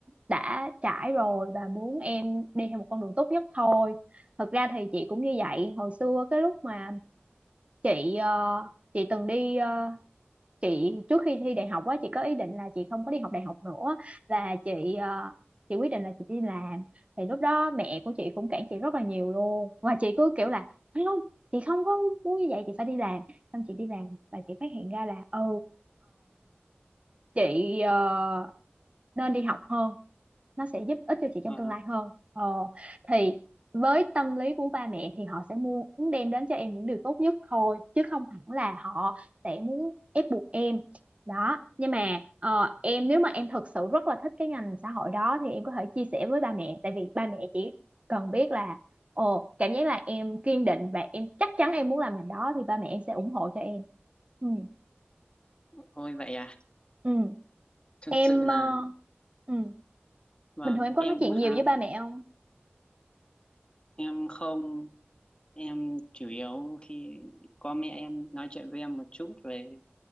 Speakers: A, on the right; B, on the left.
A: đã trải rồi và muốn em đi theo một con đường tốt nhất thôi thật ra thì chị cũng như vậy hồi xưa cái lúc mà chị ờ, chị từng đi ờ, chị trước khi thi đại học á chị có ý định là chị không có đi học đại học nữa là chị ờ, chị quyết định là chị đi làm thì lúc đó mẹ của chị cũng cản chị rất là nhiều luôn và chị cứ kiểu là không chị không có muốn như vậy chị phải đi làm xong chị đi làm và chị phát hiện ra là ừ chị ờ, nên đi học hơn nó sẽ giúp ích cho chị trong
B: ờ,
A: tương lai hơn ờ, thì với tâm lý của ba mẹ thì họ sẽ muốn đem đến cho em những điều tốt nhất thôi chứ không hẳn là họ sẽ muốn ép buộc em đó nhưng mà ờ, em nếu mà em thực sự rất là thích cái ngành xã hội đó thì em có thể chia sẻ với ba mẹ tại vì ba mẹ chỉ cần biết là ồ cảm giác là em kiên định và em chắc chắn em muốn làm ngành đó thì ba mẹ em sẽ ủng hộ cho em ừ
B: thôi vậy à
A: ừ
B: thực
A: em
B: sự là
A: ờ, ừ
B: vâng
A: bình thường em có
B: em
A: nói chuyện
B: cũng
A: nhiều
B: ha
A: với ba mẹ không
B: em không em chủ yếu khi có mẹ em nói chuyện với em một chút về